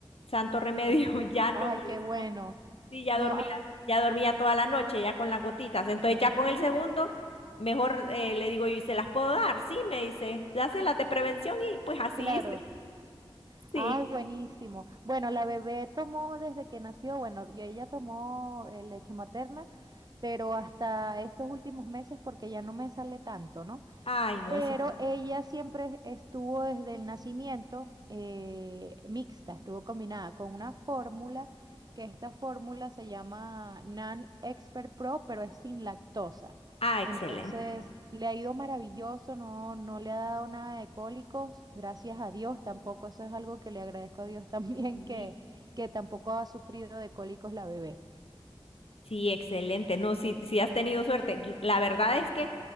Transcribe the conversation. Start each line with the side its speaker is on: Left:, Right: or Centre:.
Left: santo remedio,
Right: Se les quitó.
Left: <laughs> ya no
Right: Ay,
Left: molestó.
Right: qué bueno.
Left: Sí, ya
Right: No,
Left: dormía,
Right: ah,
Left: ya dormía toda la noche, ya con las gotitas. Entonces ya con el segundo, mejor eh, le digo yo, ¿y se las puedo dar? Sí, me dice, dáselas de prevención y pues así
Right: claro.
Left: hice. Sí.
Right: Ah, buenísimo. Bueno, la bebé tomó desde que nació, bueno, y ella tomó eh, leche materna, pero hasta estos últimos meses porque ya no me sale tanto, ¿no?
Left: Ay, no,
Right: Pero
Left: eso es.
Right: ella siempre estuvo desde el nacimiento eh, mixta, estuvo combinada con una fórmula, que esta fórmula se llama NAN Expert Pro, pero es sin lactosa.
Left: Ah, excelente.
Right: Entonces, le ha ido maravilloso, no, no le ha dado nada de cólicos, gracias a Dios tampoco, eso es algo que le agradezco a Dios <laughs> también,
Left: Sí.
Right: que, que tampoco ha sufrido de cólicos la bebé.
Left: Sí, excelente. No, sí, sí has tenido suerte. L- La verdad es que